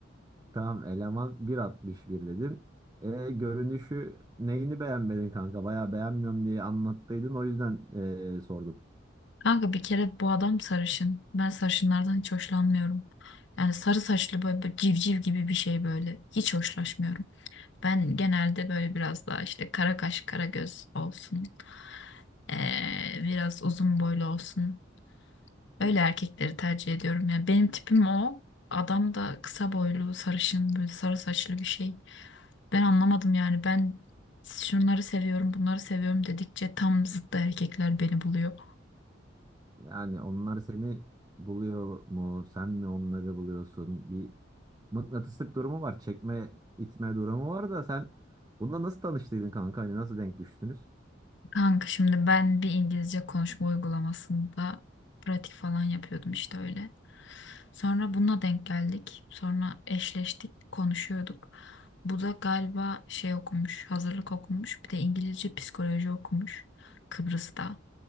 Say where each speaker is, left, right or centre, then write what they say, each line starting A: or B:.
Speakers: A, on the right (about 20°); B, on the left (about 65°).
A: Tamam eleman bir altmış bir dedin. E, görünüşü neyini beğenmedin kanka? Bayağı beğenmiyorum diye anlattıydın o yüzden e, sordum.
B: Kanka bir kere bu adam sarışın. Ben sarışınlardan hiç hoşlanmıyorum. Yani sarı saçlı böyle, böyle civciv gibi bir şey böyle. Hiç hoşlaşmıyorum. Ben genelde böyle biraz daha işte kara kaş kara göz olsun, eee, biraz uzun boylu olsun. Öyle erkekleri tercih ediyorum. Yani benim tipim o. Adam da kısa boylu, sarışın, böyle sarı saçlı bir şey. Ben anlamadım yani. Ben şunları seviyorum, bunları seviyorum dedikçe tam zıttı erkekler beni buluyor.
A: Yani onlar seni buluyor mu? Sen mi onları buluyorsun? Bir mıknatıslık durumu var. Çekme, itme durumu var da sen bununla nasıl tanıştıydın kanka? Hani nasıl denk düştünüz?
B: Kanka şimdi ben bir İngilizce konuşma uygulamasında pratik falan yapıyordum işte öyle. Sonra bununla denk geldik. Sonra eşleştik, konuşuyorduk. Bu da galiba şey okumuş, hazırlık okumuş. Bir de İngilizce psikoloji okumuş. Kıbrıs'ta.